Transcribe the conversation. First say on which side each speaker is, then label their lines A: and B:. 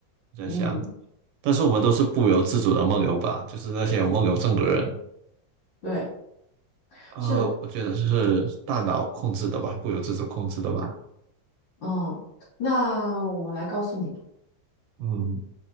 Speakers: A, on the right (about 85°); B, on the left (about 85°).
A: 在想。
B: 嗯，
A: 但是我们都是不由自主的梦游吧，就是那些有梦游症的人
B: 对，
A: 啊、
B: 是，
A: 我觉得是大脑控制的吧，不由自主控制的吧。
B: 嗯，那我来告诉你，
A: 嗯